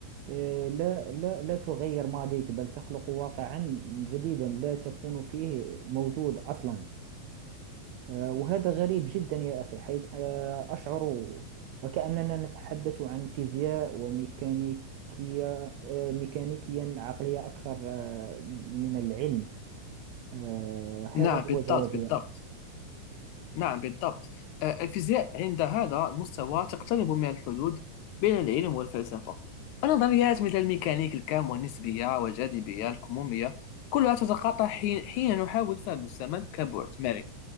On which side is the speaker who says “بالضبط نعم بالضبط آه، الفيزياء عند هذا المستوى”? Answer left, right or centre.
Left